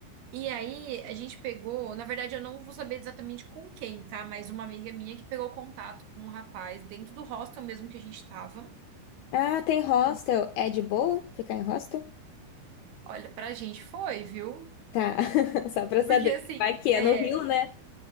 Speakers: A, on the right; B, on the left.
A: E aí a gente pegou, na verdade eu não vou saber exatamente com quem, tá? Mas uma amiga minha que pegou contato com um rapaz dentro do hostel mesmo que a gente tava.
B: Ah, tem hostel. É de boa ficar em hostel?
A: Olha, pra gente foi, viu?
B: Tá, <laughs> só pra saber.
A: Porque assim,
B: Vai que é
A: é,
B: no Rio, né?